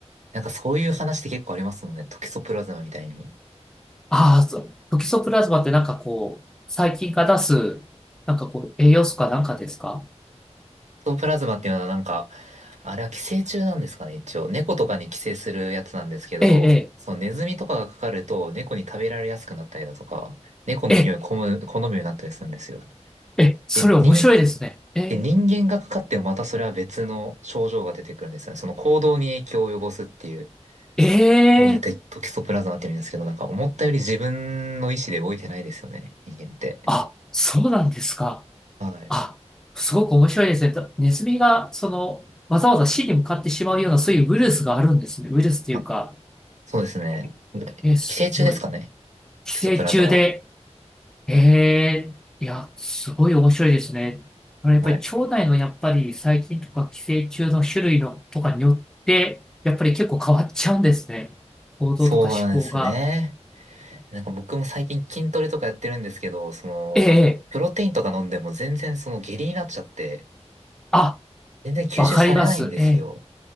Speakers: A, on the right (about 85°); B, in the centre.
A: なんかそういう話って結構ありますもんね。トキソプラズマみたいに。ト
B: ああ、そう。トキソプラズマってなんかこう、細菌が出す、なんかこう、栄養素かなんかですか
A: キソプラズマっていうのはなんか、あれは寄生虫なんですかね、一応。猫とかに寄生するやつなんですけど、
B: ええ、
A: そのネズミとかがかかると猫に食べられやすくなったりだとか、猫の匂いを好む、
B: ええ、ええ、
A: 好むようになったりするんですよ。
B: ええそれ面白いですね。
A: で、人
B: え
A: で、人間がかかってもまたそれは別の症状が出てくるんですよね。その行動に影響を及ぼすっていう
B: え、ええ、
A: ので、テトキソプラズマって言うんですけど、なんか思ったより自分の意思で動いてないですよね、人間って。
B: あ、そうなんですか。
A: はい。
B: あ、すごく面白いですね。とネズミが、その、わざわざ死に向かってしまうような、そういうウイルスがあるんですね。ウイルスっていうか、
A: あ、そうですね。
B: え、すごい。
A: 寄生虫ですかね、
B: 寄生虫で、
A: トキソプラズマは。
B: えー、いや、すごい面白いですね。これやっぱり腸内のやっぱり細菌とか寄生虫の種類のとかによって、
A: はい。
B: やっぱり結構変わっちゃうんですね。行動とか思考が。
A: そうなんですね。なんか僕も最近筋トレとかやってるんですけど、その、
B: ええ、ええ
A: プロテインとか飲んでも全然その下痢になっちゃって、
B: あ、
A: 全然吸収されないんですよ。
B: わかります。ええ、